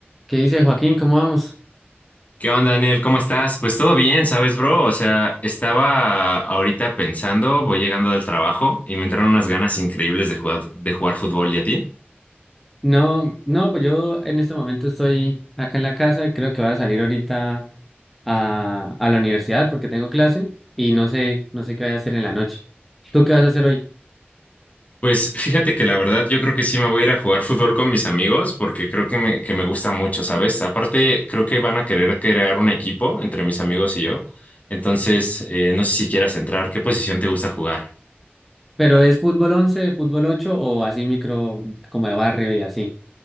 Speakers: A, in the centre; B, on the left.
A: ¿Qué dice Joaquín? ¿Cómo vamos?
B: ¿Qué onda, Daniel? ¿Cómo estás? Pues todo bien, ¿sabes, bro? O sea, estaba ahorita pensando, voy llegando del trabajo y me entraron unas ganas increíbles de jugar, de jugar fútbol. ¿Y a ti?
A: No, no, pues yo en este momento estoy acá en la casa, creo que voy a salir ahorita a, a la universidad porque tengo clase y no sé, no sé qué voy a hacer en la noche. ¿Tú qué vas a hacer hoy?
B: Pues fíjate que la verdad yo creo que sí me voy a ir a jugar fútbol con mis amigos porque creo que me, que me gusta mucho, ¿sabes? Aparte, creo que van a querer crear un equipo entre mis amigos y yo. Entonces, eh, no sé si quieras entrar. ¿Qué posición te gusta jugar?
A: ¿Pero es fútbol 11, fútbol 8 o así micro como de barrio y así?